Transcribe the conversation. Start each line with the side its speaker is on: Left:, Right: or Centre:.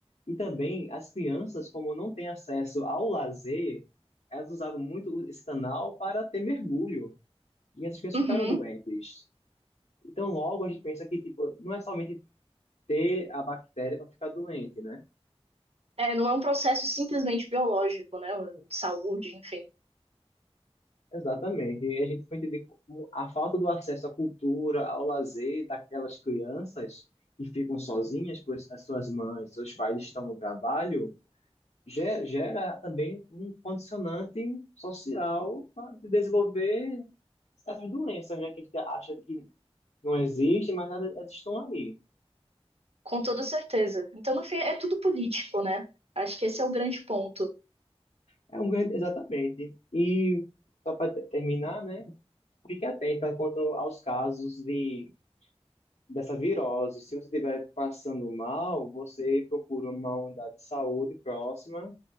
Left: E também as crianças, como não têm acesso ao lazer, elas usavam muito esse canal para ter mergulho. E essas crianças
Right: Uhum.
Left: ficaram doentes. Então, logo a gente pensa que tipo, não é somente ter a bactéria para ficar doente, né?
Right: É, não é um processo simplesmente biológico, né? De saúde, enfim.
Left: Exatamente. E a gente foi entender como a falta do acesso à cultura, ao lazer daquelas crianças que ficam sozinhas, pois as suas mães, seus pais estão no trabalho, ge- gera também um condicionante social para desenvolver essas doenças, né, que a gente acha que não existem, mas elas elas estão aí.
Right: Com toda certeza. Então, no fim, é tudo político, né? Acho que esse é o grande ponto.
Left: É um grande, exatamente. E só para terminar, né, fique atenta quanto aos casos de dessa virose. Se você estiver passando mal, você procura uma unidade de saúde próxima,